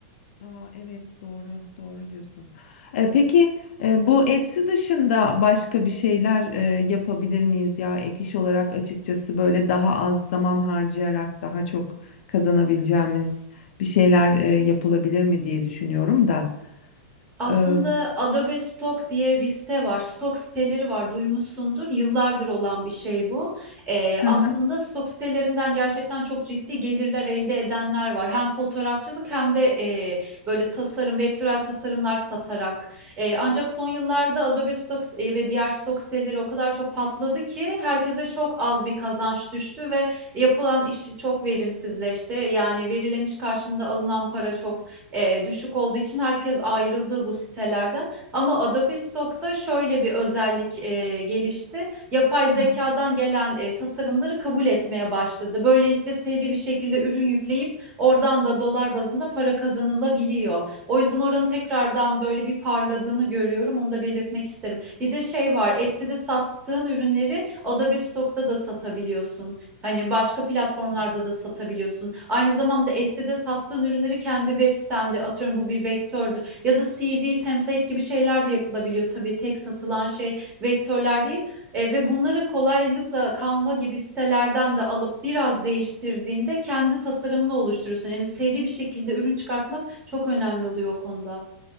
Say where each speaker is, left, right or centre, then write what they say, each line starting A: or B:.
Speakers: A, on the left; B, on the right.
A: Aa, evet doğru doğru diyorsun. Ee, peki e, bu Etsy dışında başka bir şeyler e, yapabilir miyiz ya ek iş olarak açıkçası böyle daha az zaman harcayarak daha çok kazanabileceğimiz bir şeyler e, yapılabilir mi diye düşünüyorum da.
B: Aslında
A: Ee,
B: Adobe Stock diye bir site var. Stock siteleri var, duymuşsundur. Yıllardır olan bir şey bu. Ee,
A: hı
B: aslında
A: hı.
B: Stock sitelerinden gerçekten çok ciddi gelirler elde edenler var. Hem fotoğrafçılık hem de e, böyle tasarım, vektörel tasarımlar satarak. E, ancak son yıllarda Adobe Stock e, ve diğer Stock siteleri o kadar çok patladı ki herkese çok az bir kazanç düştü ve yapılan iş çok verimsizleşti. Yani verilen iş karşılığında alınan para çok e, düşük olduğu için herkes ayrıldı bu sitelerden. Ama Adobe Stock'ta şöyle bir özellik e, gelişti. Yapay zekadan
A: Hı hı.
B: gelen e, tasarımları kabul etmeye başladı. Böylelikle seri bir şekilde ürün yükleyip oradan da dolar bazında para kazanılabiliyor. O yüzden oranın tekrardan böyle bir parladığını görüyorum. Onu da belirtmek isterim. Bir de şey var, Etsy'de sattığın ürünleri Adobe Stock'ta da satabiliyorsun. Hani başka platformlarda
A: Aa.
B: da satabiliyorsun. Aynı zamanda Etsy'de sattığın ürünleri kendi web sitende atıyorum bu bir vektördür. Ya da CV, template gibi şeyler de yapılabiliyor. Tabii tek satılan şey vektörler değil. E, ve bunları kolaylıkla Canva gibi sitelerden de alıp biraz değiştirdiğinde kendi tasarımını oluşturuyorsun. Yani seri bir şekilde ürün çıkartmak çok önemli oluyor o konuda.